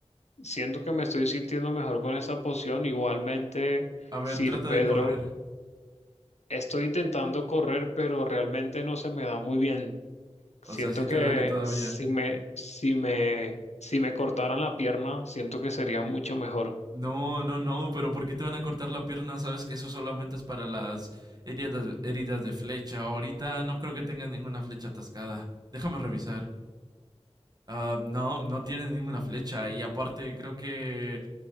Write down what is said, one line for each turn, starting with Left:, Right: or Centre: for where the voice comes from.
Left: Siento que me estoy sintiendo mejor con esa poción. Igualmente,
Right: A ver,
Left: Sir
Right: trata
Left: Pedro,
Right: de correr.
Left: estoy intentando correr, pero realmente no se me da muy bien. Siento
Right: O sea, sí te
Left: que
Right: duele todavía.
Left: si me, si me, si me cortaran la pierna, siento que sería mucho mejor.
Right: No, no, no, pero ¿por qué te van a cortar la pierna? Sabes que eso solamente es para las heridas, heridas de flecha. Ahorita no creo que tengan ninguna flecha atascada. Déjame revisar. Ah, no, no tiene ninguna flecha. Y aparte, creo que